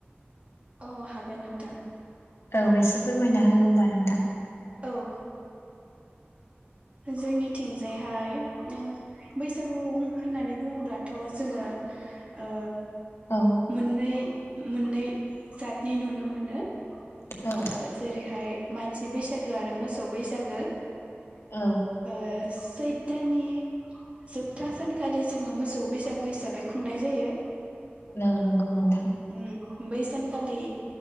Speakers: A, on the right; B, on the left.
A: औ हागोन नोंथां।
B: औ एसे फोरमायना हो होमबा नोंथां।
A: औ ओ जोंनिथिंजायहाय ओ बैसागु होननानै बुङोब्लाथ' जोङो ओ
B: औ
A: मोननै मोननै जातनि नुनो मोनो।
B: औ
A: ओ जेरैहाय मान सि बैसागो आरो मोसौ बैसागो।
B: औ
A: ओ सैद दाननि जोबथा सानखालि जोङो मोसौ बैसागु हिसाबै खुंनाय जायो।
B: औ नोंगौ नोंथां।
A: उम बै सानखालि